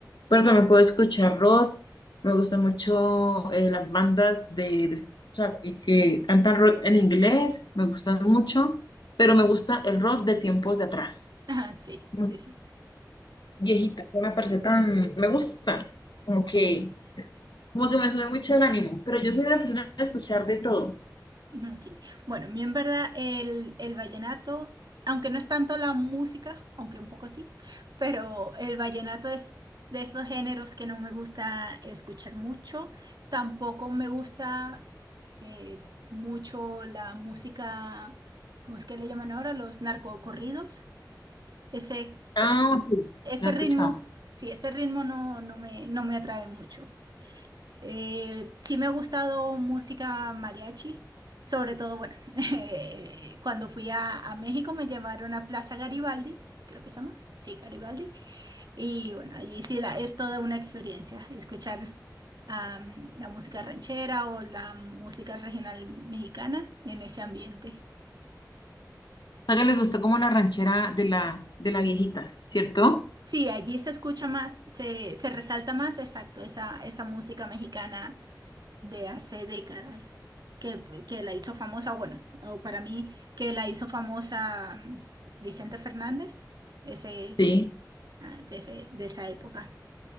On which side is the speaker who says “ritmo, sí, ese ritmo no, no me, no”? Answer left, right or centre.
Right